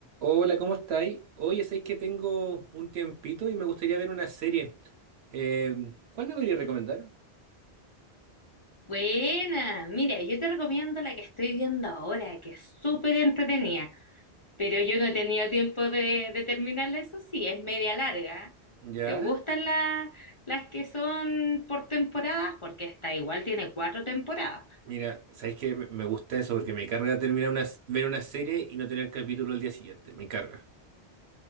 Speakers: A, on the right; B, on the left.
A: Hola, ¿cómo estáis? Oye, sabéis que tengo un tiempito y me gustaría ver una serie. Eh, ¿cuál me podrías recomendar?
B: Buena, mira, yo te recomiendo la que estoy viendo ahora, que es súper entretenida, pero yo no he tenido tiempo de, de terminarla, eso sí, es media larga.
A: Ya,
B: ¿Te gustan la- las que son por temporadas? Porque esta igual tiene cuatro temporadas.
A: mira, sabéis que me me gusta eso porque me carga terminar una, s- ver una serie y no tener capítulo al día siguiente. Me carga.